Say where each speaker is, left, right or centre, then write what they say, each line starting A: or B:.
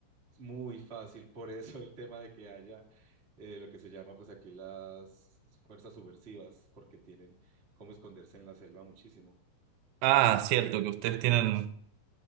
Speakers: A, on the right; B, on the right.
A: Es muy fácil, por eso el tema de que haya eh, lo que se llama pues aquí las fuerzas subversivas, porque tienen cómo esconderse en la selva muchísimo.
B: Ah, cierto, que ustedes tienen